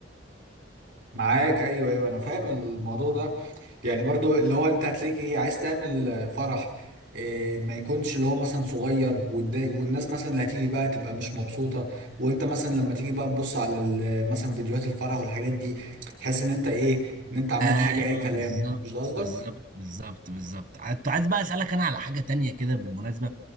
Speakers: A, on the right; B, on the right.
A: معاك ايوه ايوه انا فاهم الموضوع ده يعني برضو اللي هو انت هتلاقيك ايه عايز تعمل آه، فرح إيه ما يكونش اللي هو مثلا صغير والدا- والناس مثلا اللي هتيجي بقى تبقى مش مبسوطة وانت مثلا لما تيجي بقى تبص على ال- مثلا فيديوهات الفرح والحاجات دي تحس ان انت ايه ان انت عملت
B: ايوه
A: حاجة اي كلام
B: بالظبط
A: مش ده قصدك
B: بالظبط بالظبط بالظبط كنت عايز بقى اسالك انا على حاجه تانية كده بالمناسبه